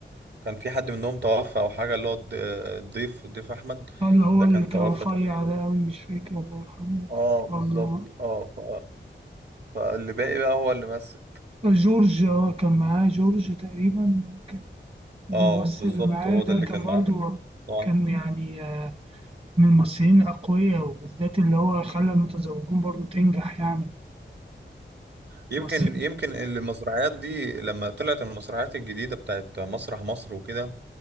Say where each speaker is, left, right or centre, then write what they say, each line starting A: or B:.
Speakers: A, on the right (about 60°); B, on the right (about 30°).
A: كان في حد منهم توفى او حاجه اللي هو الض- الضيف الضيف احمد
B: اللي هو
A: ده
B: اللي
A: كان
B: كان
A: توفى
B: رفيع
A: تقريبا
B: ده أوي مش فاكر الله يرحمه
A: اه
B: كان
A: بالظبط
B: برضه
A: اه ف... فاللي باقي بقى هو اللي مثل
B: وجورج آه، كان معاه جورج تقريبا كان الممثل
A: اه بالظبط
B: اللي معاه
A: هو
B: ده
A: ده اللي
B: كان
A: كان
B: برضه
A: معاه في ال- طبعا
B: كان يعني آه، من الممثلين الأقوياء وبالذات اللي هو خلى المتزوجون برضه تنجح يعني
A: يمكن
B: ممثلين
A: يمكن المسرحيات دي لما طلعت المسرحيات الجديده بتاعت مسرح مصر وكده